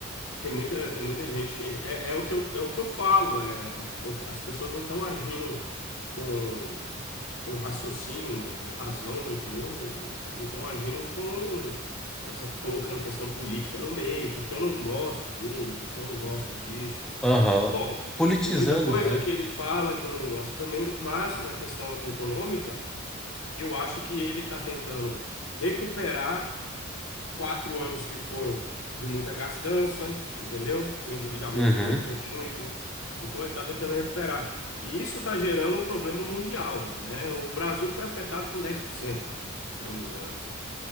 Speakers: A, on the left; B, in the centre.
A: Tem muita, tem muita gente. É, é o que eu, é o que eu falo. É, eu- as pessoas não estão agindo com, com raciocínio e razão, entendeu? E estão agindo com, essa- colocando questão política no meio, porque eu não gosto dele, porque eu não gosto disso.
B: aham.
A: Bom,
B: Politizando,
A: tem muita coisa
B: né?
A: que ele fala que eu não gosto também, mas na questão econômica, eu acho que ele está tentando recuperar. Quatro anos que foram de muita gastança, entendeu? Que o endividamento
B: Uhum,
A: aumentou muito. Então ele está tentando recuperar. E isso está gerando um problema mundial, né? O Brasil foi afetado com 10%, se não me engano.